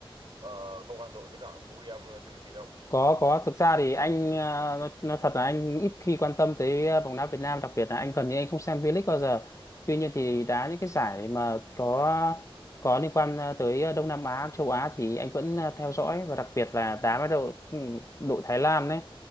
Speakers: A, on the right; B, on the left.
A: ờ, Công an Hà Nội với cả Buriram United không
B: có có thực ra thì anh ờ, nó, nó thật là anh ít khi quan tâm tới ờ, bóng đá Việt Nam đặc biệt là anh gần như anh không xem V-League bao giờ tuy nhiên thì đá những cái giải mà có có liên quan ờ, tới ờ, Đông Nam Á châu Á thì anh vẫn ờ, theo dõi và đặc biệt là đá với đội ừ, đội Thái Lan đấy